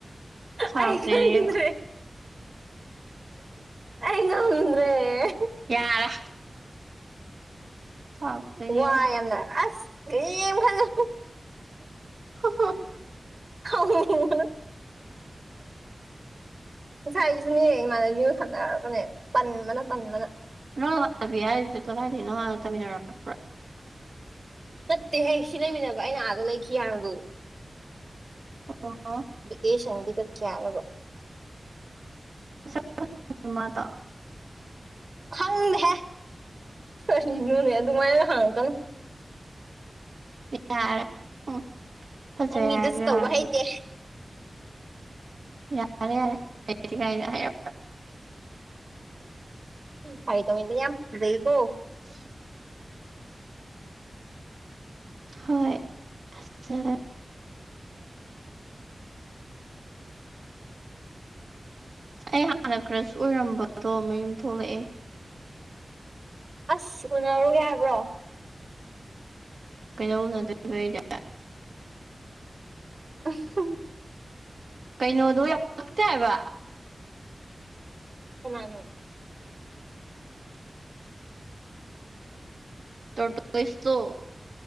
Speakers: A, on the right; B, on the right.
A: ꯁꯥꯎꯔꯛꯇꯣꯏꯅꯦ
B: ꯑꯩ ꯈꯪꯗ꯭ꯔꯦ
A: ꯌꯦꯡꯉꯣ
B: ꯑꯩ ꯉꯝꯗꯔꯦ
A: ꯌꯥꯔꯦ ꯁꯥꯎꯔꯛꯇꯣꯏꯅꯦ
B: ꯋꯥꯏ ꯌꯥꯝꯅ ꯑꯁ ꯀꯔꯤꯝ ꯈꯜꯂꯨꯅꯨ
A: ꯍꯣ ꯍꯣꯏ
B: ꯈꯪꯉꯣꯏ ꯅꯪ ꯉꯁꯥꯏꯁꯨꯅꯦ ꯏꯃꯥꯅꯕꯤꯒ ꯁꯥꯟꯅꯔꯒꯅꯦ ꯄꯟꯕꯅ ꯄꯟꯕꯅ
A: ꯅꯣꯏ ꯅꯃꯥꯅꯕꯤ ꯍꯥꯏꯁꯦ ꯀꯗꯥꯏꯗꯩꯅꯣ ꯅꯪ ꯍꯥꯟꯅ ꯇꯝꯃꯤ ꯅꯔꯛꯄꯔꯣ
B: ꯅꯠꯇꯦꯍꯦ ꯁꯤ ꯂꯩꯃꯤꯟꯅꯕ ꯑꯩꯅ ꯑꯥꯗ ꯂꯩꯈꯤ ꯍꯥꯏꯕꯗꯣ
A: ꯑꯣ ꯑꯣ
B: ꯚꯦꯀꯦꯁꯟꯒꯤ ꯆꯠꯈꯤ ꯍꯥꯏꯔꯒ
A: ꯃꯁꯛ ꯃꯥꯗꯣ
B: ꯈꯪꯗꯦꯍꯦ ꯀꯔꯤꯅꯣꯅꯦ ꯑꯗꯨꯃꯥꯏꯅ ꯍꯪꯉꯛꯀꯅꯨ
A: ꯌꯥꯔꯦ ꯍꯨꯡ ꯐꯖꯩ
B: ꯑꯩ ꯃꯤꯗꯨꯁꯨ
A: ꯍꯥꯏꯔꯁꯨ ꯌꯥꯕꯗꯨꯗ
B: ꯇꯧꯕ ꯍꯩꯇꯦ
A: ꯌꯥꯔꯦ ꯌꯥꯔꯦ ꯌꯥꯏꯅ ꯍꯥꯏꯌꯣ
B: ꯐꯥꯒꯤ ꯇꯧꯕꯅꯤꯗ ꯌꯥꯝ ꯐꯖꯩꯀꯣ
A: <inaudible> ꯍꯣꯏ ꯐꯖꯔꯦ ꯑꯩ ꯍꯥꯟꯅ ꯀ꯭ꯔꯁ ꯑꯣꯏꯔꯝꯕꯗꯣ ꯃꯌꯨꯝ ꯊꯣꯛꯂꯛꯑꯦ
B: ꯑꯁ ꯎꯅꯔꯨꯒꯦ ꯍꯥꯏꯕ꯭ꯔꯣ
A: ꯀꯩꯗꯧ ꯎꯅꯗꯣꯏꯕ ꯑꯩꯗꯤ
B: ꯎꯝ ꯍꯨꯝ
A: ꯀꯩꯅꯣꯗꯣ ꯌꯥꯝ ꯄꯛꯇꯦ ꯍꯥꯏꯕ
B: ꯀꯅꯥꯅꯣ
A: ꯇꯣꯔꯇꯣꯏꯁꯇꯣ